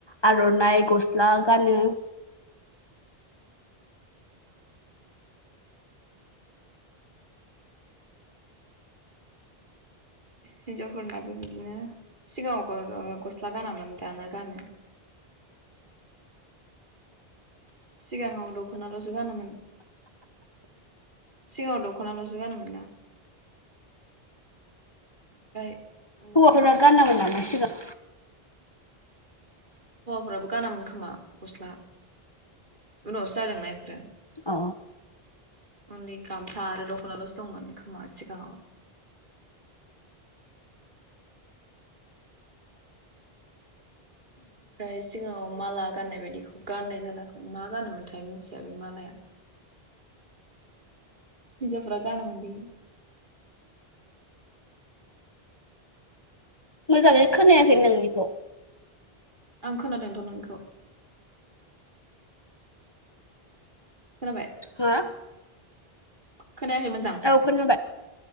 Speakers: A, on the left (about 25°); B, on the right (about 50°).
A: आरनाइ गस्ला गानो
B: हिनजावफोरनाबो बिदिनो सिगाङाव गस्ला गानामोन दाना गानो सिगाङाव दखनालसो गानोमोन सिगाङाव दखनालसो गानोमोन ना ओमफ्राय उनावसो
A: हौवाफोरा गानामोन नामा सिगां
B: हौवाफोराबो गानामोन खोमा गस्ला उनावसो जादोंना इफोरो
A: अ
B: अनलि गामसा आरो दखनालसो दंमोन खोमा सिगाङाव ओमफ्राय सिगाङाव माला गाननाय बायदिखौ गाननाय जालाखौ मा गानोमोनथाय मिथिया बे मालाया हिनजावफोरा गानोमोनदि
A: मोजाङै खोनायाखै नोंनिखौ
B: आं खोनादोंथ नोंनिखौ खोनाबाय
A: हा
B: खोनायाखै मोजां
A: औ खोनाबाय